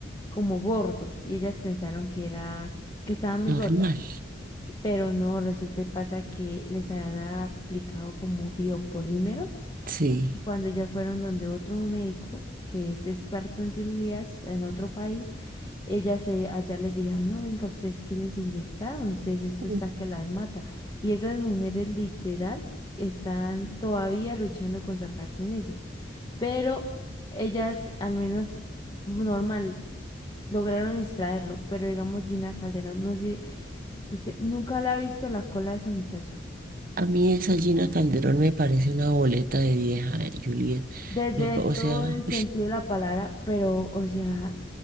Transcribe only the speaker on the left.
como gordos y ellas pensaron que era, que estaban muy
gordas, pero no, resulta y pasa que les habían aplicado como biopolímeros
y cuando ya fueron donde otro médico que es experto en cirugías en otro país, ellas se, allá les dijeron, no, venga, ustedes que les inyectaron, ustedes esto
está que las mata. Y esas mujeres literal están todavía luchando con sacarse en eso. Pero ellas, al menos normal, lograron extraerlo. Pero digamos, Gina Calderón, no sé, usted nunca la ha visto la cola de esa muchacha.
Desde
todo
el sentido de la palabra, pero, o sea,